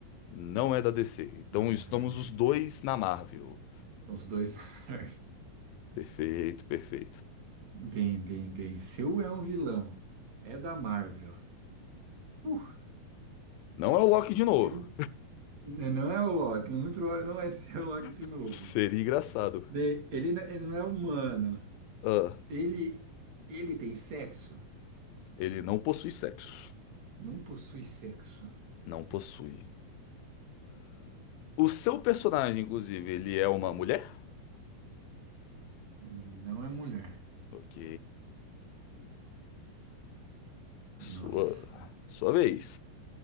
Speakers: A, on the left; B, on the right.
A: Não é da DC. Então
B: não
A: estamos
B: é da DC.
A: os dois na Marvel.
B: Os dois da Marvel.
A: Perfeito, perfeito.
B: Bem, bem, bem. Seu é um vilão. É da Marvel. Uh,
A: Não é o Loki de
B: se-
A: novo.
B: não é o Loki. Muito provável não vai ser o Loki de
A: <laughs>
B: novo.
A: Seria engraçado.
B: Bem, ele, não- ele não é humano.
A: Ah,
B: Ele, ele tem sexo?
A: ele não possui sexo.
B: Não possui sexo.
A: Não possui. O seu personagem, inclusive, ele é uma mulher?
B: Não é mulher.
A: Ok. Sua,
B: Nossa.
A: sua vez.